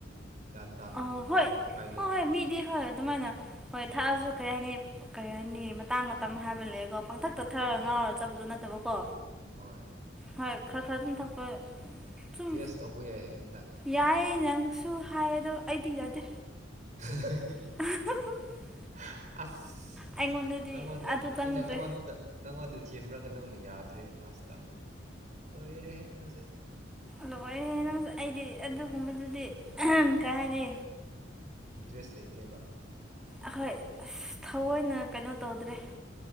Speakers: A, on the right; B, in the centre.
A: ꯒ꯭ꯌꯥꯟ ꯇꯥꯅ
B: ꯑꯣ
A: ꯂꯩꯕꯗꯣ
B: ꯍꯣꯏ
A: ꯀꯥꯏꯗꯦꯅ
B: ꯍꫭ ꯍꯣꯏ
A: ꯑꯗꯨꯗꯤ
B: ꯃꯤꯗꯤ ꯍꯣꯏ ꯑꯗꯨꯃꯥꯏꯅ ꯍꯣꯏ ꯊꯥꯛꯑꯖꯨ ꯀꯔꯤ ꯍꯥꯏꯅꯤ ꯀꯔꯤ ꯍꯥꯏꯅꯤ ꯃꯇꯥꯡ ꯃꯇꯝ ꯍꯥꯏꯕ ꯂꯑꯦꯀꯣ ꯄꯪꯊꯛꯇ ꯊꯛꯑ
A: ꯍꯣꯏ
B: ꯉꯥꯎꯔꯒ ꯆꯠꯄꯗꯣ ꯅꯠꯇꯕꯀꯣ
A: ꯍꯣꯏ
B: ꯍꯣꯏ ꯈꯔ ꯈꯔ ꯑꯗꯨꯝ ꯊꯛꯄ ꯆꯨꯝ
A: ꯇꯦꯁ ꯇꯧꯕ ꯌꯥꯏ ꯍꯥꯏꯕꯅꯤꯗ
B: ꯌꯥꯏ ꯑꯩꯅ ꯁꯨ ꯍꯥꯏ ꯑꯗꯣ ꯑꯩꯗꯤ ꯌꯥꯗꯦ
A: <unintelligible>
B: <unintelligible>
A: <unintelligible> ꯑꯁ
B: ꯑꯩꯉꯣꯟꯗꯗꯤ
A: ꯅꯪꯉꯣꯟꯗ
B: ꯑꯗꯨ ꯆꯪꯗ꯭ꯔꯦ
A: ꯑꯩꯅ ꯅꯪꯉꯣꯟꯗ ꯅꯪꯉꯣꯟꯗ ꯁꯦꯝꯔꯒ ꯅꯪꯅ ꯌꯥꯗ꯭ꯔꯦꯅꯦ ꯂꯥꯁꯇ ꯂꫭꯏꯔꯦꯍꯦ ꯅꯪꯁꯦ
B: ꯂꯣꯏꯔꯦꯍꯦ ꯅꯪꯁꯦ ꯑꯩꯗꯤ ꯑꯗꯨꯒꯨꯝꯕꯗꯨꯗꯤ <unintelligible> ꯀꯩ ꯍꯥꯏꯅꯤ
A: ꯏꯟꯇ꯭ꯔꯦꯁ ꯂꯩꯇꯦꯕ
B: ꯑꯈꯣꯏ ꯑꯁ ꯊꯋꫭꯏꯅ ꯀꯩꯅꯣ ꯇꯧꯗ꯭ꯔꯦ